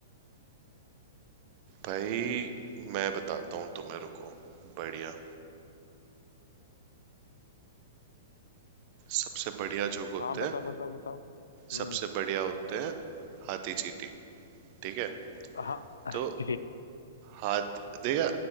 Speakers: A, on the right; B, on the left.
A: भाई मैं बताता हूँ तुम्हें रुको बढ़िया सबसे बढ़िया जोक होते
B: हाँ बताओ
A: हैं
B: बताओ बताओ हम्म
A: सबसे बढ़िया होते हैं हाथी चींटी ठीक है
B: हाँ <laughs>
A: तो हाथ देखा